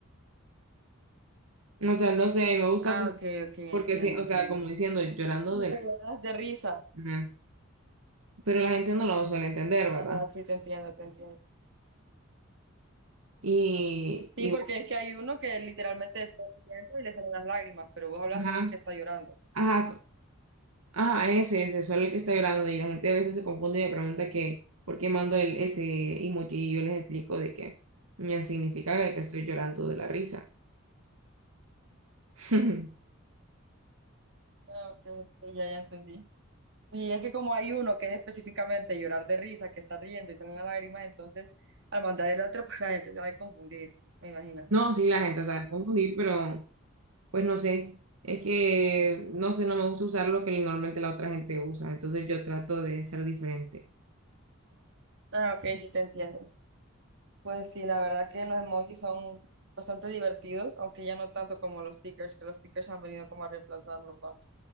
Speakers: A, on the right (about 80°); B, on the right (about 60°).
A: O sea, no sé, a mí me gusta
B: Ah,
A: como-
B: ok, ok, entiendo,
A: porque sí, o
B: entiendo.
A: sea, como diciendo, llorando
B: Como
A: de
B: que
A: la.
B: lloras De risa.
A: Ajá. Pero la gente no lo suele entender, ¿verdad?
B: Ajá, sí, te entiendo, te entiendo.
A: Y,
B: Sí,
A: y
B: porque es que hay uno que literalmente está riendo y le salen las lágrimas, pero vos hablas
A: ajá,
B: solo el que está llorando.
A: ajá, Ajá, ese, ese, solo el que está llorando y la gente a veces se confunde y me pregunta que por qué mando el, ese emoji y yo les explico de que ya significa de que estoy llorando de la risa. <laughs>
B: Ah, ok, ok, ya, ya entendí. Sí, es que como hay uno que es específicamente llorar de risa, que está riendo y salen las lágrimas, entonces al mandar el otro, <laughs> pues la gente se va a confundir, me imagino.
A: No, sí, la gente sabe confundir, pero pues no sé, es que no sé, no me gusta usar lo que normalmente la otra gente usa, entonces yo trato de ser diferente.
B: Ah, ok, sí te entiendo. Pues sí, la verdad que los emojis son bastante divertidos, aunque ya no tanto como los stickers, que los stickers han venido como a reemplazarlos, va.